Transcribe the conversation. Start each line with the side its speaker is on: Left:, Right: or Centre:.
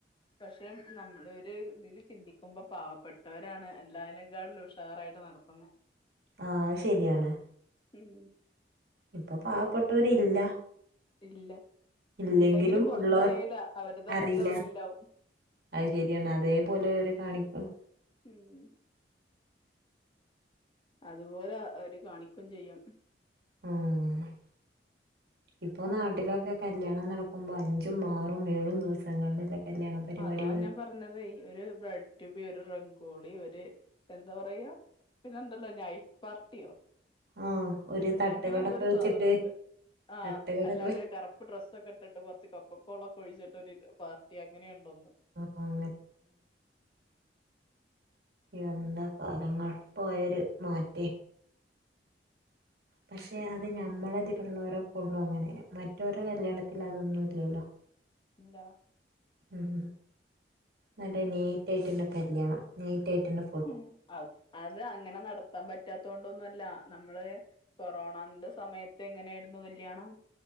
Left: പക്ഷെ നമ്മള് ഒര് ഇതില് ചിന്തിക്കുമ്പോ പാവപ്പെട്ടവരാണ് എല്ലാലേക്കാടും ഉഷാറായിട്ട് നടത്തുന്നേ.
Right: ആഹ് ശെരിയാണ്
Left: ഉം
Right: ഇപ്പൊ പാവപ്പെട്ടവരില്ല
Left: ഇല്ല
Right: ഇല്ലെങ്കിലും
Left: ഇണ്ടെങ്കിലും പൊർത്തറില
Right: ഉള്ളവർ
Left: അവര്ത് അവരുടെ
Right: അറിയില്ല
Left: ഉള്ളില് ഇണ്ടാവും.
Right: അത് ശരിയാണ് അതേപോലെ അവര് കാണിക്കും
Left: ഉം അതുപോലെ അവര് കാണിക്കും ചെയ്യും.
Right: ആഹ് ഇപ്പോ നാട്ടിലൊക്കെ കല്യാണം നടക്കുമ്പോൾ അഞ്ചും, ആറും, ഏഴും ദിവസങ്ങളിലല്ലേ കല്യാണ പരിപാടികള്
Left: അതാ ഞാൻ പറഞ്ഞതെയ് ഒര് ബ്രയ്ഡ് റ്റു ബി ഒര് റങ്കോളി ഒര് എന്താ പറയാ പിന്നെണ്ടല്ലോ നൈറ്റ്പാർട്ടിയോ
Right: ആ ഒരു തട്ടുകടൊക്കെ
Left: അങ്ങനെന്തോരു
Right: വെച്ചിട്ട്
Left: സാധനോണ്ട് ആഹ്
Right: തട്ടുകടൊക്കെ
Left: എല്ലാരും
Right: വെച്ച്
Left: കർ പ്പ് ഡ്രസ്സൊക്കെ ഇട്ട്ട്ട് കൊർച്ച് കൊക്കോളൊക്കെ ഒഴിച്ചിട്ട് ഒര് പാർട്ടി അങ്ങനെയുണ്ട് ഒന്ന്.
Right: അഹ് അഹ് എന്താ കാലങ്ങൾ പോയര് മാറ്റേ പക്ഷേ അത് ഞമ്മളെ ഇതിലുള്ളോരൊക്കെ ഒള്ളു അങ്ങനെ മറ്റോരൊ കല്യാണത്തില് അതൊന്നും ഇല്ലല്ലോ.
Left: ഇന്റാ
Right: ഉം നല്ല നീറ്റ് ആയിട്ടുണ്ട് കല്യാണം നീറ്റ് ആയിട്ടുണ്ട്
Left: ഉം അ അത് അങ്ങനെ നടത്താൻ പറ്റാത്ത കൊണ്ടൊന്നും അല്ല നമ്മള് കൊറോണന്റെ സമയത്ത് എങ്ങനേയ്ര്ന്നു കല്യാണം